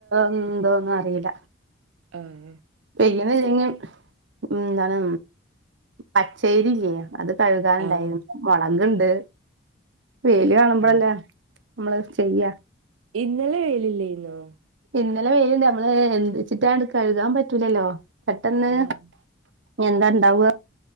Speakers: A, on the right; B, on the right.
A: ണ്ടോന്നീല
B: ആഹ്
A: <unintelligible> എന്താണ് പച്ചേരില്ലെ അത് കഴുകാനുണ്ടായിരുന്നു
B: ആഹ്
A: മുളകുണ്ട് വെയില് കാണുമ്പല്ലേ
B: ആഹ്
A: മ്മള് ചെയ്യാ.
B: ഇന്നലെ വെയ്യിലില്ലായിന്നോ
A: ഇന്നലെ വെയിലുണ്ട് നമ്മള് എന്ന് വച്ചിട്ടാണ്ട് കഴുകാൻ പറ്റൂലല്ലോ പെട്ടെന്ന്.
B: ആഹ്
A: ഞിഎന്താണ്ടാവുക